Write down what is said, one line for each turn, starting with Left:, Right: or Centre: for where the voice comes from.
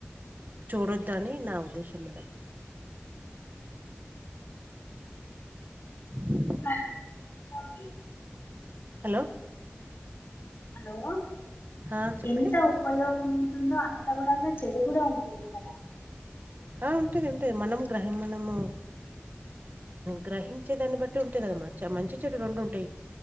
Right: చూడొద్ద అని నా ఉద్దేశం మేడం
Left: నో సౌండ్
Right: ఉ
Left: ఆ అలాగే
Right: హలో
Left: హలో
Right: ఆ చెప్పండి
Left: ఎంత ఉపయోగం ఉంది ఉంటందో అంత కూడా చెడు కూడా ఉంటుంది కదా
Right: అలా ఉంటేది ఏంటే మనం గ్రహం మనము గ్రహించే దాన్ని బట్టి ఉంటాయి కదా మంచి చెడు రెండు ఉంటాయి